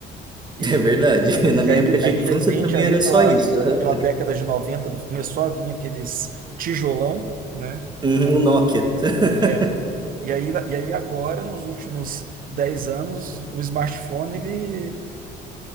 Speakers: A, on the right; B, on the right.
A: E,
B: É verdade. <laughs> Na minha
A: e aí,
B: época de
A: aí, de
B: infância
A: repente,
B: também
A: ali
B: era
A: pela,
B: só isso. aham.
A: pela década de 90 começou a vir aqueles tijolão, né?
B: Uhum, o Nokia. <laughs>
A: É, E aí, e aí agora, nos últimos 10 anos, o smartphone, ele